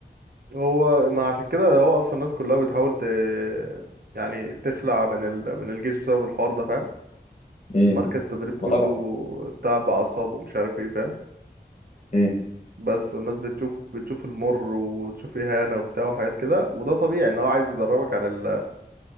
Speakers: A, on the right; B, on the left.
A: هو ما عشان كده هو اصلا الناس كلها بتحاول ت... يعني تخلع من ال... من الجيش بسبب الحوار ده فاهم
B: امم
A: مركز التدريب كله
B: ما طبعا
A: تعب اعصاب ومش عارف ايه فاهم
B: امم
A: بس والناس بتشوف بتشوف المر وتشوف اهانه وبتاع وحاجات كده وده طبيعي ان هو عايز يدربك على ال...